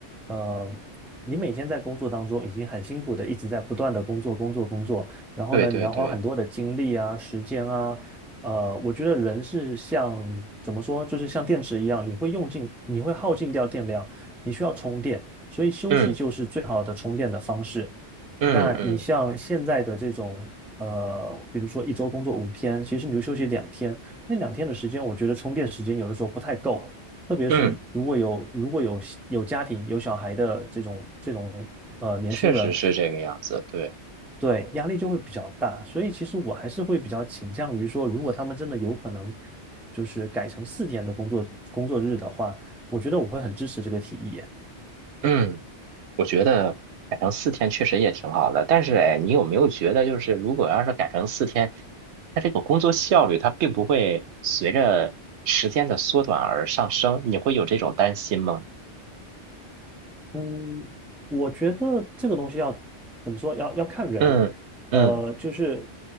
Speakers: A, in the centre; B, on the right.
A: 呃，你每天在工作当中已经很辛苦的一直在不断的工作工作工作，然后呢，
B: 对对对，
A: 你要花很多的精力啊、时间啊，呃，我觉得人是像怎么说，就是像电池一样，你会用尽，你会耗尽掉电量，你需要充电，所以休息就是最好的充电的方式。
B: 嗯嗯嗯
A: 那你像现在的这种，呃，比如说一周工作五天，其实你就休息两天，那两天的时间，我觉得充电时间有的时候不太够，特别是如果有如果有有家庭有小孩的这种这种呃年轻人，
B: 嗯，确实是这个样子，对，
A: 对，压力就会比较大，所以其实我还是会比较倾向于说，如果他们真的有可能就是改成四天的工作工作日的话，我觉得我会很支持这个提议。
B: 嗯。我觉得改成四天确实也挺好的，但是哎，你有没有觉得，就是如果要是改成四天，它这个工作效率它并不会随着时间的缩短而上升，你会有这种担心吗？
A: 嗯，我觉得这个东西要怎么说？要要看人。
B: 嗯嗯
A: 呃，就是